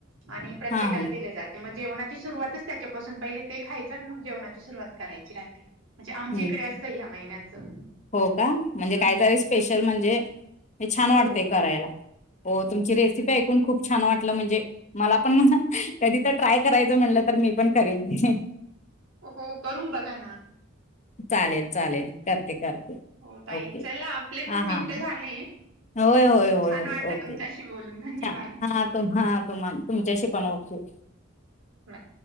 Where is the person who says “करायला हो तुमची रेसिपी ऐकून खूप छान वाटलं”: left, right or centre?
Left